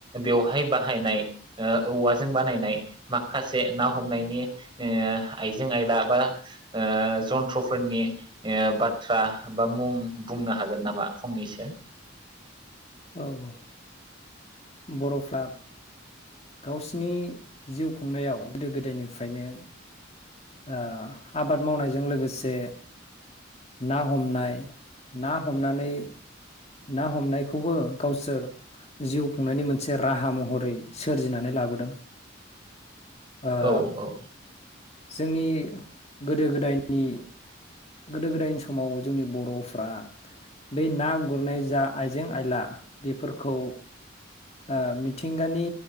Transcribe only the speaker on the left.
औ औ बर'फ्रा गावसिनि जिउ खुंनायाव गोदो गोदायनिफ्रायनो ओ आबाद मावनायजों लोगोसे ना हमनाय ना हमनानै ना हमनायखौबो गावसोर जिउ खुंनायनि मोनसे राहा महरै सोरजिनानै लाबोदों ओ
जोंनि गोदो गोदायनि गोदो गोदायनि समाव जोंनि बर'फ्रा बे ना गुरनाय जा आइजें आयला बेफोरखौ ओ मिथिंगानि